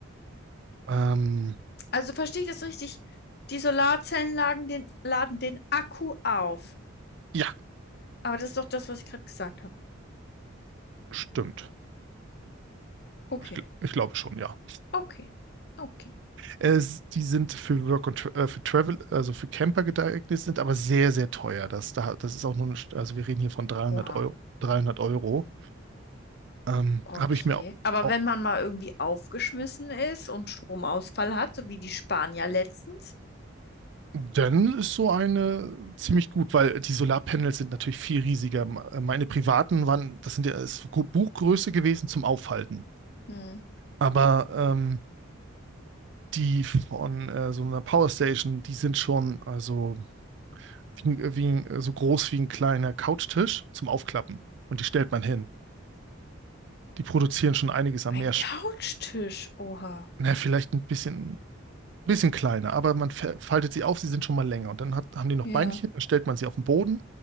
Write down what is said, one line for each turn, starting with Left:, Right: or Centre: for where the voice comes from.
Right: ähm,
Left: Also verstehe ich das richtig? Die Solarzellen laden den, laden den Akku auf.
Right: ja,
Left: Aber das ist doch das, was ich gerade gesagt habe.
Right: stimmt.
Left: Okay,
Right: Ich, gl- ich glaube schon, ja.
Left: okay, okay.
Right: Äh, s- die sind für Work und Tra- äh, für Travel, also für Camper geeignet, sind aber sehr, sehr teuer. Das, da, das ist auch nur, eine, St- also wir reden hier von 300
Left: Oha.
Right: Euro. 300 Euro. Ähm,
Left: Okay.
Right: habe ich mir au-
Left: Aber
Right: au-
Left: wenn man mal irgendwie aufgeschmissen ist und Stromausfall hat, so wie die Spanier letztens.
Right: Dann ist so eine ziemlich gut, weil die Solarpanels sind natürlich viel riesiger. Meine privaten waren, das sind ja ist Buchgröße gewesen zum Aufhalten.
Left: Hm.
Right: Aber ähm, die von äh, so einer Powerstation, die sind schon also wie, ein- wie, ein- so groß wie ein kleiner Couchtisch zum Aufklappen. Und die stellt man hin. Die produzieren schon einiges an
Left: Ein
Right: mehr,
Left: Couchtisch.
Right: Sch-
Left: Oha.
Right: na, vielleicht ein bisschen bisschen kleiner, aber man fa- faltet sie auf, sie sind schon mal länger. Und dann hat, haben die noch
Left: Ja.
Right: Beinchen, dann stellt man sie auf den Boden